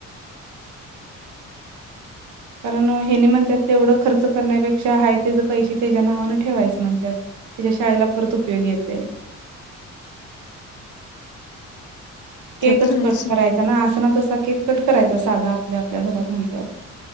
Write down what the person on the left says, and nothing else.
ते तर आहेच
सोड